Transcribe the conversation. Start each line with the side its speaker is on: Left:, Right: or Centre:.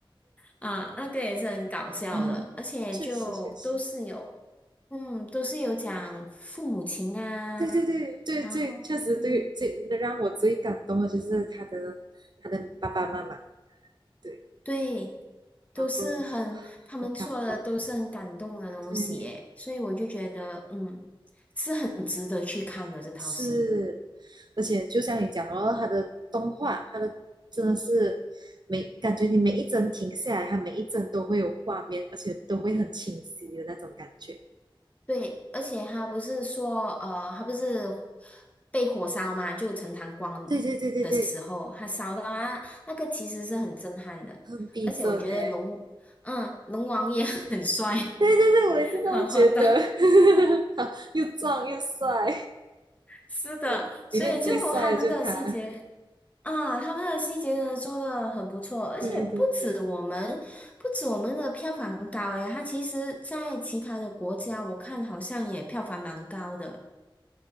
Left: 啊，那个也是很搞笑的，
Right: 嗯，
Left: 而且就都是有，
Right: 确实确实，
Left: 嗯，都是有讲父母情啊，
Right: 对对对对对，
Left: 然后，
Right: 确实对最让我最感动的就是他的他的爸爸妈妈，
Left: 嗯，
Right: 对，
Left: 对，都是很，
Right: 然后
Left: 他们做的都是很感动的东西耶，
Right: 很感动，对，
Left: 所以我就觉得，嗯，是很值得去看的这套戏。
Right: 是，而且就像你讲哦，他的动画，他的真的是每感觉你每一帧停下来，他每一帧都会有画面，而且都会很清晰的那种感觉，
Left: 对，而且他不是说，呃，他不是被火烧嘛，就陈塘关
Right: 对对对对对，
Left: 的时候，他烧到啊，那个其实是很震撼的。
Right: 很逼真呢，
Left: 而且我觉得龙，嗯，龙王也 <laughs> 很帅，
Right: <laughs> 对对对，
Left: <laughs>
Right: 我也是这么觉得。
Left: 好好的，
Right: <laughs> 好，又壮又帅，
Left: 是的，
Right: <laughs> 里里面最帅的就是他。
Left: 所以就他们的细节啊，他们的细节真的做的很不错，
Right: <laughs>
Left: 而且不止我们，
Right: 对对对，
Left: 不止我们的票房高诶，它其实在其他的国家，我看好像也票房蛮高的。